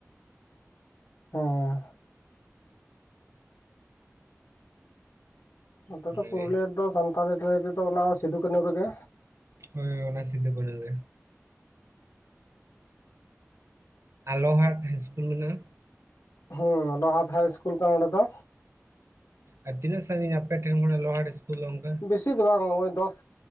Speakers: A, on the left; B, on the right.
A: ᱦᱮᱸ ᱱᱚᱛᱮ
B: ᱚᱱᱟᱜᱮ
A: ᱫᱚ ᱯᱩᱨᱩᱞᱤᱭᱟᱹ ᱨᱮᱫᱚ ᱥᱟᱱᱛᱟᱲᱤ ᱞᱟᱹᱭ ᱛᱮᱫᱚ ᱚᱱᱟ ᱥᱤᱫᱩ ᱠᱟᱹᱱᱩ ᱨᱮᱜᱮ
B: ᱦᱳᱭ ᱚᱱᱟ ᱥᱤᱫᱩ ᱠᱟᱱᱩ ᱜᱮ ᱟᱨ ᱞᱚᱦᱟᱴ ᱦᱟᱭ ᱤᱥᱠᱩᱞ ᱢᱮᱱᱟᱜᱼᱟ
A: ᱦᱳᱭ ᱞᱚᱦᱟᱴ ᱦᱟᱭ ᱤᱥᱠᱩᱞ ᱛᱚ ᱱᱚᱸᱰᱮ ᱫᱚ
B: ᱟᱨ ᱛᱤᱱᱟᱹᱜ ᱥᱟᱺᱤᱧ ᱟᱯᱮᱷᱮᱱ ᱠᱷᱚᱱᱟᱜ ᱞᱚᱦᱟᱴ ᱤᱥᱠᱩᱞ ᱫᱚ ᱜᱚᱝ
A: ᱵᱤᱥᱤ ᱫᱚ ᱵᱟᱝ ᱳᱭ ᱫᱚᱥ